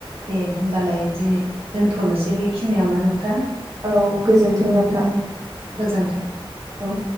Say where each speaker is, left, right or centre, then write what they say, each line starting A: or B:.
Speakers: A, on the right; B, on the right.
A: दे होमबालाय दिनो दोन्थ'नोसै बेखिनियावनो नोंथां
B: औ गोजोन्थों
A: नोंथांनि
B: नोंथां
A: गोजोन्थों
B: औ